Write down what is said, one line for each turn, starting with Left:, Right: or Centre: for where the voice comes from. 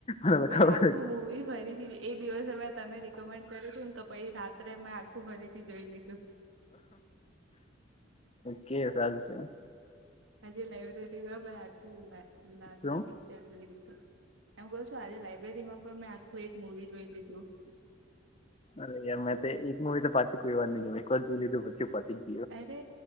Left: મને
Right: મેં
Left: ખબર
Right: આખું મૂવી ભરી દીધી. એ દિવસે મેં તને રિકમેન્ડ કર્યું હતું ને તો પછી રાત્રે મેં આખું ફરીથી જોઈ લીધું.
Left: કેે છે.
Right: હજે લાઈબ્રેરીમાંાઈ આખું લાદલા
Left: શું
Right: પિક્ચરું એમ ક. આજે લાાઈબ્રેરીમાં પણ મેં આખું એક મુવી જોઈ લીધું.
Left: અરે યાર મેં તો એક મુવી તો પાછું કોઈ વાર નઈ જો એક વા જ જોું લીધું પછી પતિ.
Right: અરે